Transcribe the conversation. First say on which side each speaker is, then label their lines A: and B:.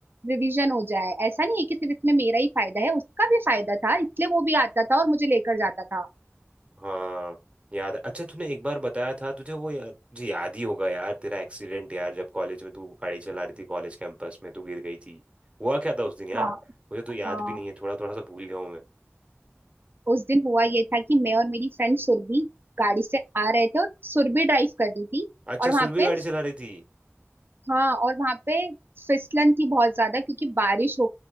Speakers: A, on the right; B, on the right.
A: रिवीजन हो जाए ऐसा नहीं है कि सिर्फ इसमें मेरा ही फायदा है उसका भी फायदा था इसलिए वो भी आता था और मुझे लेकर जाता था
B: हाँ याद है। अच्छा तूने एक बार बताया था तुझे वो या, तुझे याद ही होगा यार तेरा एक्सीडेंट यार जब कॉलेज में तू गाड़ी चला रही थी कॉलेज कैंपस में तू गिर गई थी हुआ क्या था उस दिन यार
A: हाँ
B: मुझे तो याद
A: हाँ
B: भी नहीं है थोड़ा थोड़ा सा भूल गया हूँ मैं
A: उस दिन हुआ ये था कि मैं और मेरी फ्रेंड सुरभि गाड़ी से आ रहे थे और सुरभि ड्राइव कर रही थी
B: अच्छा
A: और
B: सुरभि
A: वहां पे
B: गाड़ी चला रही थी
A: हाँ और वहां पे फिसलन थी बहुत ज्यादा क्योंकि बारिश हो